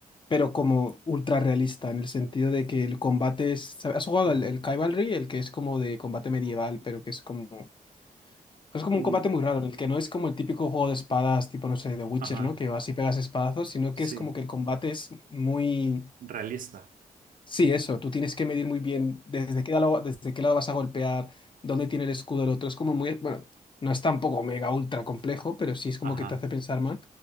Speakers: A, on the left (about 35°); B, on the right (about 65°).
A: pero como ultra realista, en el sentido de que el combate es... ¿sabe- ¿Has jugado
B: Oh,
A: el, el Cavalry? El que es como de combate medieval, pero que es como... pues Es como
B: mm,
A: un combate muy raro, en el que no es como el típico juego de espadas, tipo, no sé, de Witcher,
B: Ajá,
A: ¿no? Que vas y pegas espadazos, sino
B: sí.
A: que es como que el combate es muy...
B: Realista.
A: Sí, eso, tú tienes que medir muy bien desde qué lado, desde qué lado vas a golpear, dónde tiene el escudo el otro. Es como muy... Bueno, no es tampoco mega ultra complejo, pero sí es como
B: Ajá,
A: que te hace pensar más.